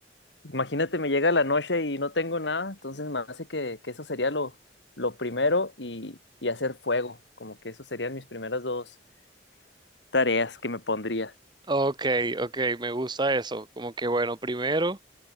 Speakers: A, on the left; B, on the right.
A: imagínate, me llega la noche y no tengo nada, entonces me hace que, que eso sería lo, lo primero y, y hacer fuego, como que eso serían mis primeras dos tareas que me pondría.
B: Ok, ok, me gusta eso. Como que bueno, primero...